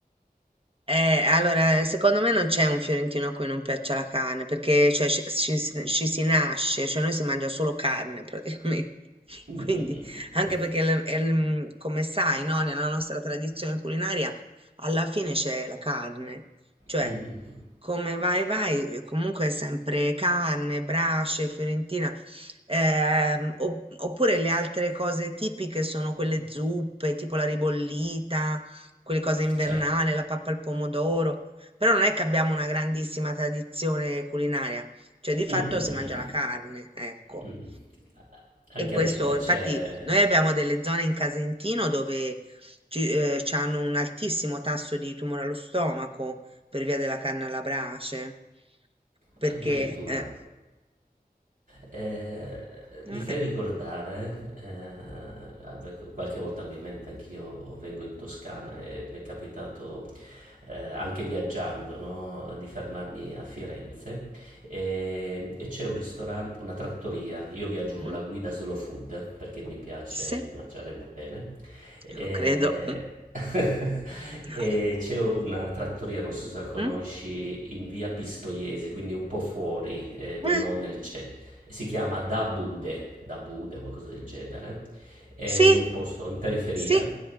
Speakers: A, on the right; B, on the right.
A: Eh, allora, secondo me non c'è un fiorentino a cui non piaccia la carne, perché cioè, ci, ci si ci si nasce, cioè noi si mangia solo carne praticamente. <laughs>
B: Mm, mm,
A: Quindi,
B: mm,
A: anche
B: mm,
A: perché, le- è il- come sai, no, nella nostra tradizione culinaria, alla fine c'è la carne. Cioè,
B: mm, mm, mm.
A: come vai, vai, eh, comunque è sempre carne, brace, fiorentina. ehm, opp- oppure le altre cose tipiche sono quelle zuppe, tipo la ribollita quelle cose invernali,
B: Certo.
A: la pappa al pomodoro, però non è che abbiamo una grandissima tradizione culinaria, cioè di fatto
B: Mm, mm,
A: si
B: mm,
A: mangia la carne, ecco.
B: mm, mm. Anche
A: E questo,
B: a me piace
A: infatti, noi abbiamo delle zone in Casentino dove ci, eh, ci hanno un altissimo tasso di tumore allo stomaco per via della carne alla brace, perché,
B: addirittura.
A: eh,
B: Eh,
A: <laughs>
B: vi fai ricordare, eh, vabbè, qualche volta ovviamente anch'io vengo in Toscana e mi è capitato eh, anche viaggiando, no, di fermarmi a Firenze e, e c'è un ristorante, una trattoria. Io viaggio con
A: Mm?
B: la guida Slow Food perché mi piace
A: sì,
B: mangiare bene. E...
A: lo credo.
B: <laughs>
A: <laughs>
B: E c'è una trattoria, non so se la conosci,
A: Mm?
B: in via Pistoiese, quindi un po' fuori, eh, da-
A: Eh,
B: non nel centro e si chiama Da Bude, Da Bude, qualcosa del genere, è in
A: Sì,
B: un posto in periferia
A: sì,